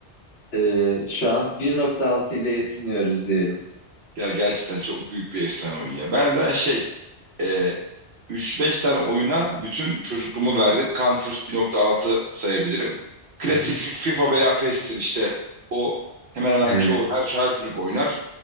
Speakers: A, on the left; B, on the right.
A: Ee, şu an 1.6 ile yetiniyoruz diyelim.
B: Ya gerçekten çok büyük bir efsane oyun ya. Ben zaten şey e, 3-5 tane oyuna bütün çocukluğumu verdim. Counter 1.6 sayabilirim. Klasik
A: Hı hı.
B: Fi- FIFA veya PES'tir işte. O hemen hemen
A: Ee,
B: çoğu her, her çocuk oynar.